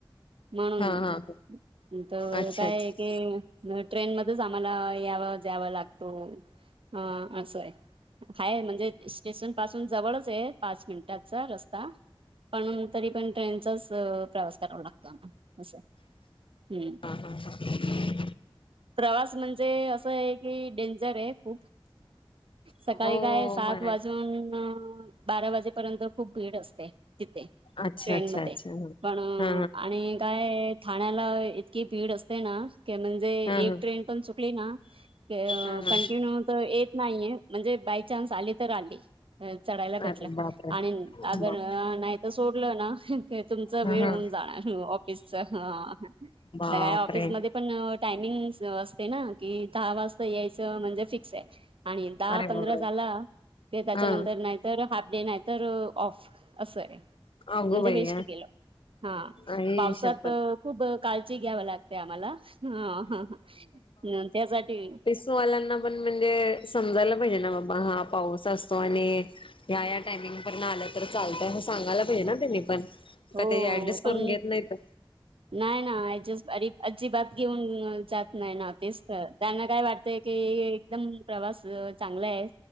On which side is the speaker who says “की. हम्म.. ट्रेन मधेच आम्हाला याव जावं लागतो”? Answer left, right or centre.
Right